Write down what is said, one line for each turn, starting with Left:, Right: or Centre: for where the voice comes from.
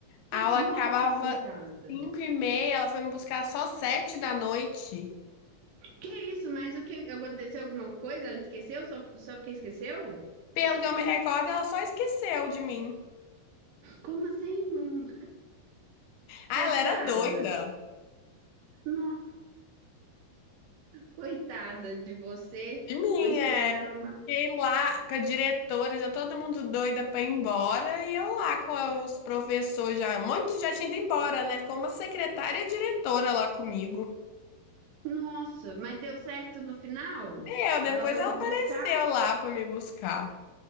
Left: A aula
Right: nossa,
Left: acabava
Right: coitada.
Left: cinco e meia, ela foi me buscar só sete da noite.
Right: Que isso, mas o que aconteceu? Alguma coisa? Ela esqueceu? Só, só porque esqueceu?
Left: Pelo que eu me recordo, ela só esqueceu de mim.
Right: Como assim? Não-
Left: Ah,
Right: Coitada.
Left: ela era doida
Right: No- Coitada de você.
Left: de mim.
Right: Ficou esperando lá.
Left: Fiquei lá com a diretora, já todo mundo doida pra ir embora, e eu lá com os professores já, muitos já tinha ido embora, né? Ficou uma secretária e diretora lá comigo.
Right: Nossa, mas deu certo no final?
Left: Deu, depois
Right: Ela foi
Left: ela
Right: te
Left: apareceu
Right: buscar
Left: lá pra me buscar.